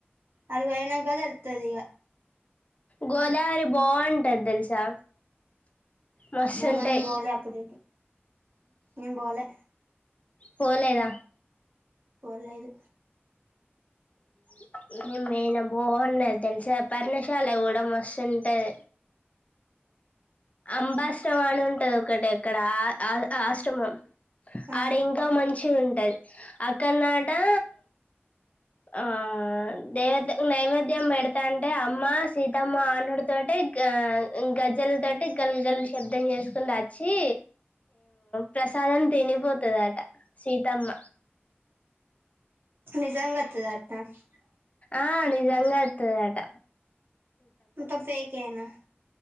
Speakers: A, on the right; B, on the left.
A: అడు ఓయ్నంక ఇల్తుదిగ
B: గోదావరి బాగుంటది తెలుసా మసండై
A: ఏమో నేను పోలే అప్పుడు ఇటు నేను పోలే
B: పోలేదా
A: పోలేదు
B: <unintelligible> యినా బాగున్నది తెలిసా పర్ణశాల కూడా మస్తుంటది అంబాశ్రమ అని ఉంటది ఒకటి అక్కడ ఆ ఆ ఆశ్రమం
A: ఆ
B: ఆడ ఇంకా మంచి ఉంటది అక్కనాటా ఆ దేవత నైవేద్యం పెడతాంటే అమ్మ సీతమ్మ ఆనుడు తోటి గజ్జల గల్ గల్ గల్లు శబ్దం చేసుకుని వచ్చి ప్రసాదం తినిపోతుంద అట సీతమ్మ
A: నిజంగా అతధాంటానా అట్ట
B: ఆ నిజంగా అతుదాట
A: అంత ఫేకేనా